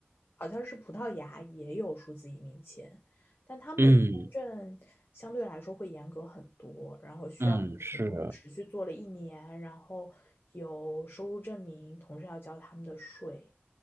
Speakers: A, on the left; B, on the right.
A: 好像是葡萄牙也有数字移民签，但他们的签证相对来说会严格很多，
B: 嗯嗯
A: 然后需要你可能持续做了一年，
B: 嗯嗯，是，
A: 然后有收入证明，同时要交他们的税。